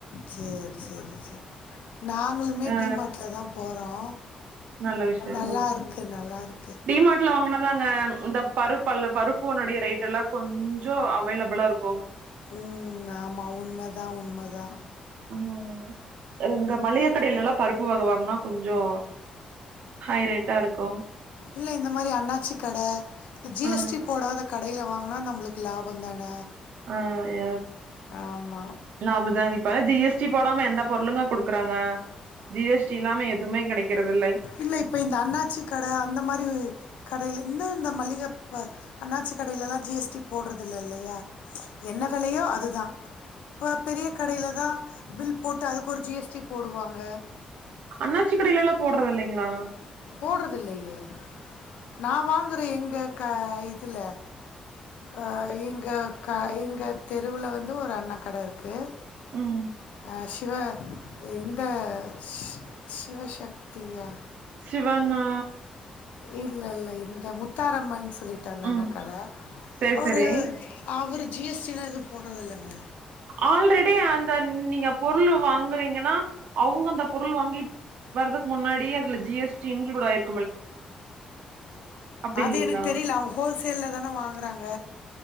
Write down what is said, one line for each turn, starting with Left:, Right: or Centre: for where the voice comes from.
Left: சேரி சேரி சேரி நாங்களுமே
Right: ஆ
Left: டிமார்ட்ல தா போறோ
Right: நல்ல விஷயம்
Left: நல்லா
Right: ம்
Left: ருக்கு இது நல்லாருக்
Right: டிமார்ட்ல வாங்குனது தாங்க இந்தப் பருப்பு அல்ல பருப்புனுடைய ரேட் எல்லா கொஞ்சோ அவேலபிளா இருக்கு
Left: ம் ஆமா உண்ம தா உண்ம தா
Right: ம் அ இந்த மளிக கடைல எல்லா பருப்பு வக வாங்குனா கொஞ்சோ ஹை ரேட்டா இருக்கு
Left: இல்ல இந்த மாரி அண்ணாச்சி கட இந்த ஜி
Right: ஆ
Left: எஸ் டி போடாத கடேல வாங்குனா நம்மளுக்கு லாபோ தான
Right: ஆ ய
Left: ஆமா
Right: லாப தான இப்ப ஜி எஸ் டி போடாம எந்த பொருளுங்க குடுக்குறாங்க ஜி எஸ் டி இல்லாம எதுமே கெடைக்கிறதில்லைங்
Left: இல்ல இப்போ இந்த அண்ணாச்சி கட அந்த மாரி கடேல இன்னு இந்த மளிக பா அண்ணாச்சி கடேல எல்லா ஜி எஸ் டி போடுறது இல் இல்லையா என்ன விலையோ அது தான இப்போ பெரிய கடையில் தான் பில் போட்டு அதுக்கு ஒரு ஜிஎஸ்டி போடுவாங்க
Right: அண்ணாச்சி கடேல்லா போடுறது இல்லைங்களா
Left: போடுறதுல்லையே நா வாங்குற எங்க க இதுல அ இங்க க இங்க தெருவில வந்து ஒரு அண்ணா கட இருக்கு
Right: ம்
Left: அ சிவ வே இந்த இந்த ஸ் ஸ் சிவசக்தியா
Right: சிவா அண்ணா
Left: இல்ல இல்ல இந்த முத்தாரம்மன் சொல்லிட்டு அந்த
Right: ம்
Left: அண்ணா கட
Right: சேரி
Left: அவரு
Right: சேரி
Left: அவர் ஜி எஸ் டி லா எது போடுறதில்லைங்க
Right: ஆல்ரெடி அந்த நீங்க பொருள் வாங்குறீங்கன்னா அவுங்க அந்த பொருள் வாங்கி வரதுக்கு முன்னாடி அதுல ஜி எஸ் டி இன்குளூட் ஆயிரு அப்டி
Left: அது
Right: இல்லைங்களா
Left: எனக்கு தெரியல அவுங்க ஹோல்சேல்ல தான வாங்குறாங்க